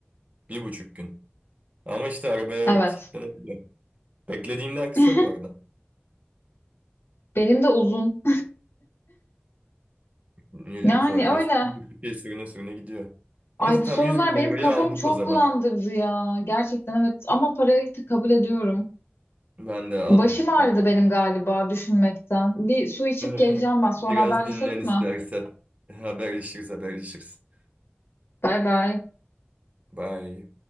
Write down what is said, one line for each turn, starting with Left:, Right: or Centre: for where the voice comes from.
Right: Bir buçuk gün. Ama işte arabaya
Left: Evet.
Right: kilitlenebiliyor. Beklediğimden kısa
Left: <laughs>
Right: bu arada.
Left: Benim de uzun.
Right: Niye
Left: Yani
Right: canım salyangoz
Left: öyle.
Right: bir şey sürüne sürüne gidiyor.
Left: Ay
Right: Neyse
Left: bu
Right: tam
Left: sorular
Right: 100
Left: benim
Right: bin
Left: kafamı
Right: lirayı aldık
Left: çok
Right: o zaman.
Left: bulandırdı ya. Gerçekten evet ama parayı da kabul ediyorum.
Right: Ben de aldım.
Left: Başım ağrıdı benim galiba düşünmekten. Bir su içip
Right: <laughs>
Left: geleceğim ben. Sonra
Right: Biraz
Left: haberleşelim
Right: dinlen istersen.
Left: mi?
Right: Haberleşiriz, haberleşiriz.
Left: Bay bay.
Right: Bye.